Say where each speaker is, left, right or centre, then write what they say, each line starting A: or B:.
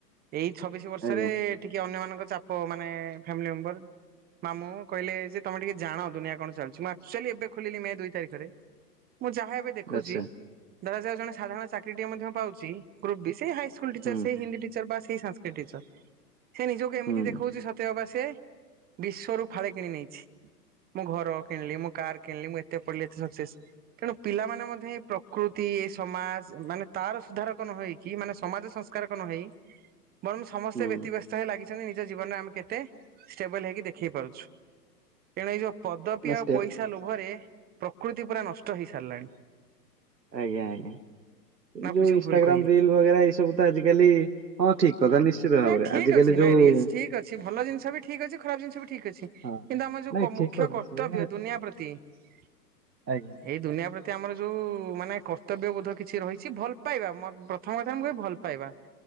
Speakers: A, on the right; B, on the right.
A: ଏଇ ଛବିଶ ବର୍ଷରେ
B: ଆଜ୍ଞା
A: ଟିକେ ଅନ୍ୟମାନାନଙ୍କ ଚାପ ମାନେ ଫ୍ୟାମିଲି ମେମ୍ବର ମାମୁଁ କହିଲେ ଯେ ତମେ ଟିକେ ଜାଣ ଦୁନିଆ କଣ ଚାଲୁଛି ମୁ ଏକ୍ଟୁଆଲୀ ଏବେ ଖୋଲିଲି ମେ ଦୁଇ ତାରିଖରେ ମୁଁ ଯାହା ଏବେ ଦେଖୁଛି
B: ଆଚ୍ଛା
A: ଦେଖାଯାଉ ଜଣେ ସାଧାରଣ ଚାକିରିଟିଏ ମଧ୍ୟ ପାଉଛି ଗ୍ରୁ ବି ସେଇ ହାଇସ୍କୁଲ ଟିଚର
B: ହୁଁ
A: ସେଇ ହିନ୍ଦୀ ଟିଚର ବା ସେଇ ସଂସ୍କୃ ତିକ ଟିଚର ସେ ନିଜକୁ ଏମିତି
B: ହୁଁ
A: ଦେଖଉଛିତ ସ ତ ବା ସେ ବିଶ୍ଵରୁ ଫାଳେ କିଣି ନେଇଛି ମୁଁ ଘର କିଣିଲି ମୁଁ କାର୍ କିଣିଲି ମୁଁ ଏଟେ କେ ପଡ଼ିଲ ସକ୍ସେସ। ତେଣୁ ପିଲାମାନେ ମଧ୍ୟ ଏ ପ୍ରକୃତି ଏ ସମାଜ ମାନେ ତାର ସୁଧାରକ ନ ହେଇକି ମାନେ ସମାଜ ସଂ କାରକ ନ ହେଇ ବରଂ ସମସ୍ତେ
B: ହୁଁ
A: ବ୍ୟତିବ୍ୟସ୍ତ ରେ ଲାଗି ତେଣୁ ନିଜ ଜୀବନରେ ଆମେ କେତେ ଷ୍ଟେବଲ ହେଇକି ଦେଖେଇ ପାରୁଛୁ ଏଣୁ ଏଇ ଯୋଉ ପଦ
B: ନଷ୍ଟେ
A: ଲୋଭରେ ପ୍ରକୃତି ପୁରା ନଷ୍ଟ ହେଇସାରିଲାଣି।
B: ଆଜ୍ଞା ଆଜ୍ଞା ଏ
A: ନା
B: ଯୋଉ
A: କିଛି
B: ଇନ୍ଷ୍ଟଗ୍ରମ୍
A: ଭୁଲ କହିଲି?
B: ରିଲ ରିଲି ବଗେରା ଏଇ ସବୁ ତ ଆଜିକାଲି ହଁ ଠିକ କଥା ନିଶ୍ଚିତ।
A: ନାଇଁ
B: ଭାବରେ
A: ଠିକ
B: ଆଜିକାଲି
A: ଅଛି
B: ଯୋଉ
A: ନାଇଁ ରିଲସ ଠିକ ଅଛି ଭଲ ଜିନିଷ ବି ଠିକ ଅଛି ଖରାପ ଜିନିଷ ବି ଠିକ ଅଛି। କିନ୍ତୁ
B: ହଁ
A: ଆମର ଯୋଉ
B: ନାଇଁ
A: କ ମୁଖ୍ୟ
B: ଠିକ କଥା
A: କର୍ତ୍ତବ୍ୟ
B: ସିଏ
A: ଦୁନିଆ ପ୍ରତି ଏଇ ଦୁନିଆ
B: ଆଜ୍ଞା।
A: ଏଇ ଦୁନିଆ ପ୍ରତି ଏତେ ଆମର ଯେଉଁ ମାନେ କର୍ତ୍ତବ୍ୟବୋଧ କିଛି ରହିଛି ଭଲ ପାଇବା ମ ପ୍ରଥମ କଥା ଆମେ କହିବି ଭଲ ପାଇବା।